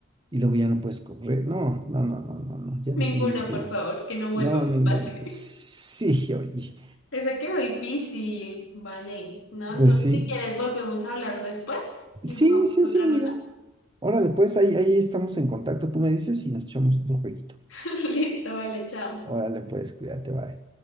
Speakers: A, on the right (about 25°); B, on the left (about 80°).
A: y luego ya no puedes correr. No, no, no, no, no, no, ya ni
B: Ninguna,
A: me imagino.
B: por favor, que no vuelva
A: No,
B: a
A: ninguna.
B: pase.
A: Sí, oye.
B: <laughs> Esa quedó difícil, vale. No, entonces
A: Pues sí.
B: si quieres volvemos a hablar después
A: Sí,
B: y jugamos
A: sí,
B: otra
A: sí, amiga.
B: ronda.
A: Órale, pues ahí, ahí estamos en contacto. Tú me dices y nos echamos otro jueguito.
B: <laughs> Listo, vale, chao.
A: Órale, pues, cuídate, bye.